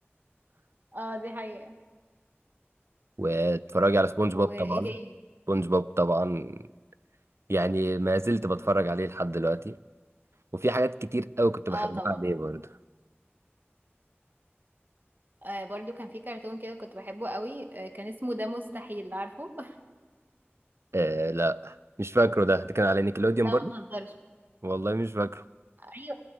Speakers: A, on the right (about 45°); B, on the right (about 75°).
A: اه دي حقيقة
B: واتفرجي على سبونج
A: وايه
B: بوب طبعا
A: تاني
B: سبونج بوب طبعا يعني ما زلت بتفرج عليه لحد دلوقتي وفي حاجات كتير قوي كنت بحبها
A: اه طبعا
B: عليه برضه
A: آه برضو كان في كرتون كده كنت بحبه قوي آه كان اسمه ده مستحيل عارفه <laughs>
B: آه لا مش فاكره ده ده كان على نيكلوديون
A: لا
B: برضه
A: ما تهزرش
B: والله مش فاكره
A: ايوه